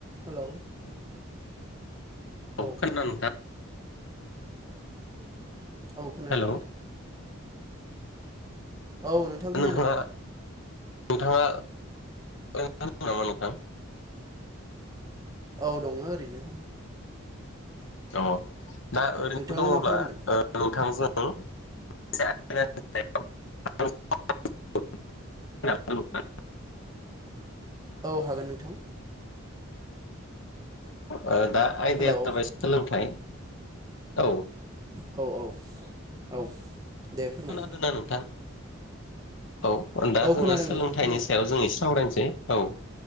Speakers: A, on the right (about 15°); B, on the left (about 60°).
A: Hello
B: <unintelligible>
A: औ औ खोनादों
B: हेलौ
A: नोंथां। औ नोंथां खोनादों
B: नोंथाङा नोंथाङा <unintelligible> नोंथां
A: औ दङ ओरैनो
B: अ दा ओरैनो
A: नोंथाङालाय
B: दङब्ला
A: मा खालामदों
B: ओ, नोंथांजों <unintelligible> <unintelligible>
A: औ हागोन नोंथां।
B: औ दा आयदाया
A: हेलौ
B: जाबाय सोलोंथाइ, औ
A: औ औ दे फोरमाय
B: खोनादोंना नोंथां? औ दा
A: औ
B: जोङो
A: खोनादों
B: सोलोंथाइनि
A: नोंथां खोनादों
B: सायाव जोङो एसे सावरायनोसै। औ